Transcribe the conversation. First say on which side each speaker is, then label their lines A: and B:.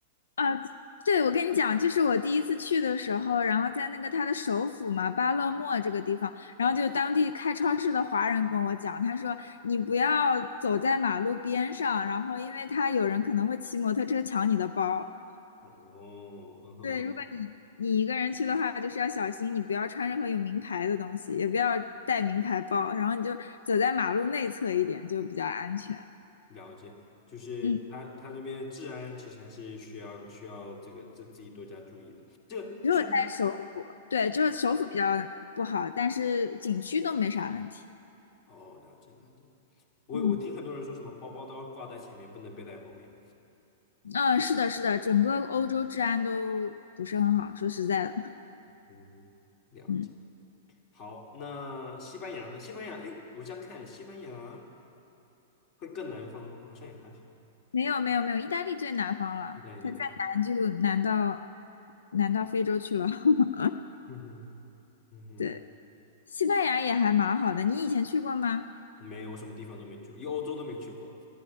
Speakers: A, on the left; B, on the left.
A: 啊，对，我跟你讲，就是我第一次去的时候，然后在那个他的首府嘛，巴勒莫这个地方，然后就当地开超市的华人跟我讲，他说你不要走在马路边上，然后因为他有人可能会骑摩托车抢你的包。
B: 哦，嗯哼，
A: 对，如果你你一个人去的话，就是要小心，你不要穿任何有名牌的东西，也不要带名牌包，然后你就走在马路内侧一点，就比较安全。
B: 了解，就是他他这边治安其实还是需要需要这个自自己多加注意的。
A: 嗯。
B: 这个是不是？
A: 只有在首府，对，就是首府比较不好，但是景区都没啥问题。
B: 哦，了解了解。我我听很多人说什么包包都要挂在前面，
A: 嗯
B: 不能背在后面。
A: 嗯，是的，是的，整个欧洲治安都不是很好，说实在的，
B: 嗯，了解。
A: <laughs> 嗯，
B: 好，那西班牙呢？西班牙，哎，我这样看，西班牙会更南方吗？好像也还好，
A: 没有没有没有，意大利最南方了，
B: 意大利点南方。
A: 它再南就南到南到非洲去了。<laughs>
B: 嗯哼，嗯哼，
A: 对，西班牙也还蛮好的，你以前去过吗？
B: 没有，我什么地方都没去过，因为欧洲都没去过。